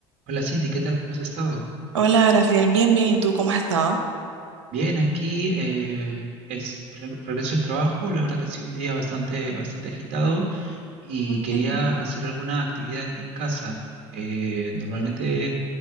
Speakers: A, on the right; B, on the right.
A: Hola Cindy, ¿qué tal? ¿Cómo has estado?
B: Hola, Graciela. Bien, bien. ¿Y tú cómo has estado?
A: Bien, aquí eh, es re- regreso al trabajo. La verdad que ha sido un día bastante, bastante agitado y quería
B: Mm,
A: hacer alguna actividad aquí en casa. Eh, normalmente